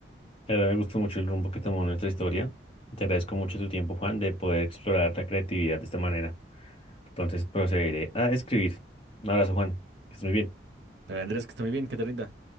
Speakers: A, on the left; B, on the right.
A: La verdad me gustó mucho el rumbo que tomó nuestra historia. Te agradezco mucho tu tiempo, Juan, de poder explorar la creatividad de esta manera. Entonces procederé a escribir. Un abrazo, Juan. Que estés muy bien.
B: Pero Andrés, que está muy bien, que te rinda.